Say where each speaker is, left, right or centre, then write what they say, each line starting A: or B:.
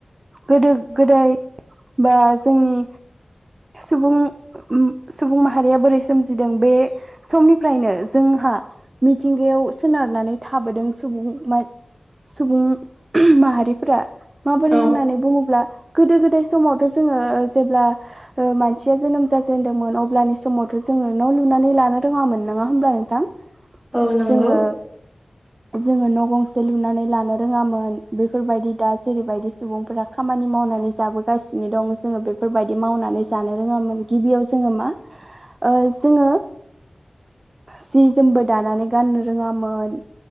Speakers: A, on the right; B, on the right.
A: गोदो गोदाय बा जोंनि सुबुं सुबुं माहारिया बोरै सोमजिदों बे समनिफ्रायनो जोंहा मिथिंगायाव सोनारनानै थाबोदों सुबुं सुबुं माहारिफोरा माबोरै
B: औ
A: होननानै बुङोब्ला गोदो गोदाय समावथ' जोङो जेब्ला ओ मानसिया जोनोम जाजेनदोंमोन अब्लानि समावथ' जोङो न' लुनानै लानो रोङामोन नङा होमब्ला नोंथां?
B: औ नंगौ
A: जोङो जोङो गंसे लुनानै लानो रोङामोन बेफोरबायदि दा जेरैबायदि सुबुंफोरा खामानि मावनानै जाबो गासिनो दं जोङो बेफोरबायदि मावनानै जानो रोङामोन गिबियाव जोङो मा ओ जोङो जि जोमबो दानानै गाननो रोङामोन।